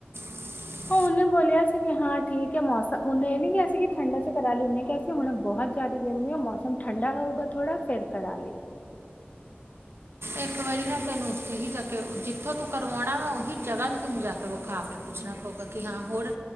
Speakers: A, on the right; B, on the left.
A: ਹ <unintelligible>
B: ਉਹਨੇ ਬੋਲਿਆ ਸੀ ਕਿ ਹਾਂ ਠੀਕ ਹੈ ਮੌਸਮ, ਉਹਨੇ ਇਹ ਨੀ ਕਿਹਾ ਸੀ ਕਿ ਠੰਡਾ'ਚ ਕਰਾਲੀ ਉਹਨੇ ਕਿਹਾ ਹੁਣ ਬਹੁਤ ਜਿਆਦਾ ਗਰਮੀ ਆ, ਮੌਸਮ ਠੰਡਾ ਹੋਊਗਾ ਥੋੜਾ ਫੇਰ ਕਰਾਲੇ।
A: ਇੱਕ ਵਾਰੀ ਨਾ ਤੈਨੂੰ ਉਥੇ ਹੀ ਜਾਕੇ, ਜਿੱਥੋਂ ਤੂੰ ਕਰਵਾਓਣਾ ਵਾ ਉਹੀ ਜਗ੍ਹਾ ਤੇ ਤੈਨੂੰ ਜਾ ਤਾਂ ਵਖਾ ਕੇ ਪੁਛਣਾ ਪਉਗਾ। ਕਿ ਹਾਂ ਹੋਰ